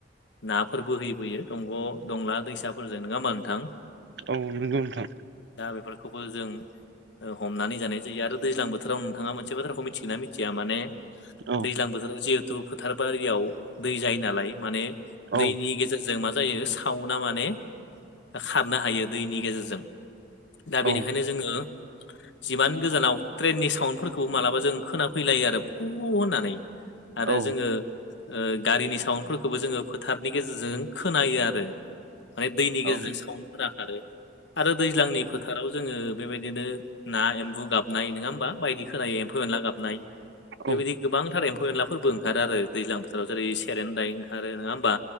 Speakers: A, on the left; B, on the right.
A: नाफोरबो बोहैबोयो दंग' दंला दैसाफोरजों नङा होमबा नोथां
B: औ नंगौ नोंथां
A: दा बेफोरखौबो जों हमनानै जानाय जायो आरो दैज्लां बोथोराव नोंथाङा मोनसे बाथ्राखौ मिथिगोना मिथिया माने
B: औ
A: दैज्लां बोथोराव जिहेथु फोथार बारियाव दै जायो नालाय माने
B: औ
A: दैनि गेजेरजों मा जायो साव ना माने खारनो हायो दैनि गेजेरजों दा बेनिखायनो
B: औ
A: जोङो जिमान गोजानाव ट्रेननि साउडफोरखौबो मालाबा जों खोनाफैलायो आरो फु होननानै आरो
B: औ
A: जोङो गारिनि साउन्डफोरखौबो जोङो फोथारनि गेजेरजों खोनायो आरो माने दैनि गेजेरजों
B: औ
A: सावन्डफोरा खारो आरो दैज्लांनि फोथाराव जोङो बेबायदिनो ना एम्बु गाबनाय नङा होमबा बायदि खोनायो एम्फौ एनला गाबनाय बेबायदि
B: औ
A: गोबांथार एम्फौ एनलाफोरबो ओंखारो आरो दैज्लां बोथोराव जेरै सेरेनदाय ओंखारो नोङा होमबा?